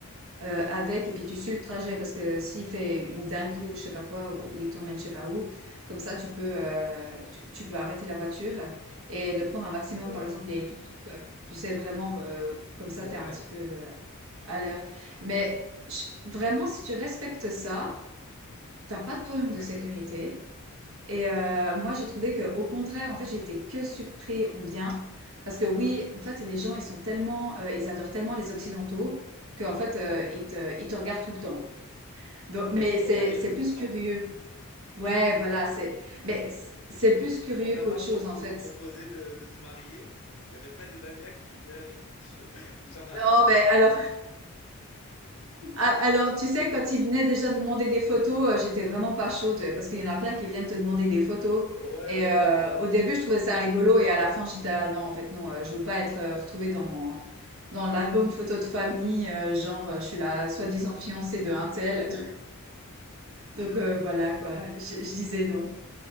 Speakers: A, on the right; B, on the left.
A: heu, avec et puis tu suis le trajet parce que s'il fait une dinguerie ou je sais pas quoi ou il t'emmène je sais pas où, comme ça, tu peux, heu, tu tu peux arrêter la voiture et de prendre un maximum,
B: ouais,
A: par exemple, les tuk tuk tu sais, vraiment, heu, comme ça,
B: ouais,
A: t'es un petit peu, euh, à l'air. Mais je- vraiment, si tu respectes ça, t'as pas de problème
B: d'accord.
A: de sécurité. Et euh, moi, j'ai trouvé que, au contraire, en fait, j'étais que surpris en bien. Parce que oui, en fait, les gens, ils sont tellement, euh, ils adorent tellement les Occidentaux qu'en fait, euh, ils te, ils te regardent tout le temps. Donc, mais
B: Ouais,
A: c'est,
B: j'ai
A: c'est
B: vu
A: plus
B: ça.
A: curieux. Ouais, voilà, c'est, mais c'est c'est plus curieux
B: On t'a
A: qu'autre
B: pas propo-
A: chose, en fait.
B: proposé de, de te marier? Il y avait pas des Ania qui venaient, <laughs> du genre, euh,
A: Non, mais alors, Ah, alors, tu sais, quand ils venaient déjà demander des photos, euh, j'étais vraiment pas chaude euh, parce qu'il y en a plein qui viennent te demander des photos.
B: Ouais,
A: Et
B: ouais,
A: euh,
B: ouais.
A: au début, je trouvais ça rigolo et à la fin, j'étais ah, non, en fait, non, euh, je veux pas être euh, retrouvée dans dans l'album photo de famille, euh, genre euh, je suis la soi-disant fiancée de un tel. Donc euh, voilà quoi, je, je disais non.